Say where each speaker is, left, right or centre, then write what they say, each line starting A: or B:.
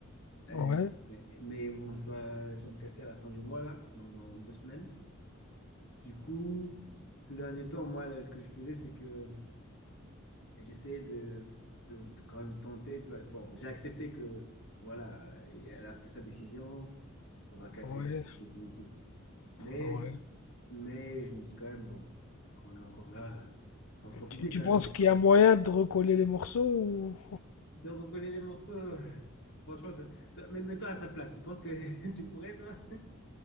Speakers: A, on the left; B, on the left.
A: Euh,
B: ouais,
A: mais bon, je dois, je dois me casser à la fin du mois, là, donc dans deux semaines. Du coup, ces derniers temps, moi, là, ce que je faisais, c'est que et j'essayais de, de- de quand même tenter. Tu vois. Bon, j'ai accepté que, voilà, euh, elle a pris sa décision, on va casser,
B: ouais,
A: tu vois, c'est définitif. Mais,
B: ouais.
A: mais je me dis quand même, bon, vu qu'on est encore là, faut en profiter
B: Tu, tu
A: quand
B: penses
A: même.
B: qu'il y a moyen de recoller les morceaux ou...
A: De recoller les morceaux, <laughs> franchement, toi- toi- mais- mets-toi à sa place. Tu penses que <laughs> tu pourrais, toi?